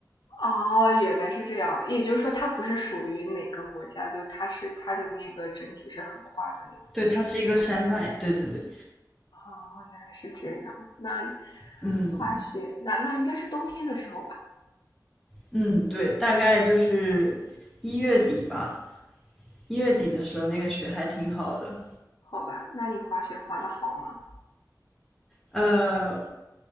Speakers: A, on the left (about 80°); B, in the centre.
A: 哦，原来是这样，也就是说它不是属于哪个国家，就它是它的那个整体是横跨的那种。
B: 对，它是一个山脉。对对对，
A: 哦，原来是这样。那
B: 嗯
A: 滑雪，那那应该是冬天的时候吧？
B: 嗯，对，大概就是一月底吧，一月底的时候那个雪还挺好的。
A: 好吧，那你滑雪滑的好吗？
B: 呃，